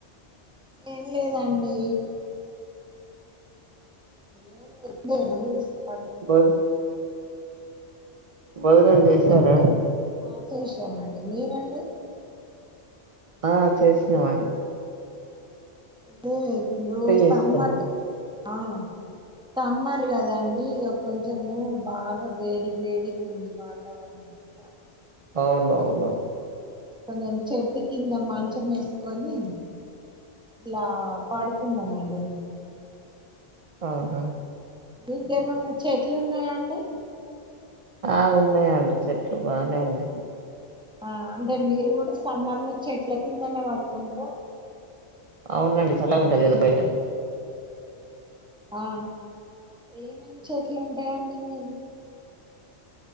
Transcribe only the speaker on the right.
భో భోజనం చేసారా
అండి
ఆ చేసినావాండి
చేసుకున్నారు
అవునువును
అవునా
ఆ ఉన్నాయంండి చెట్లు బాగానే ఉంది
అవునండి చాలా ఉంటది కదా బయట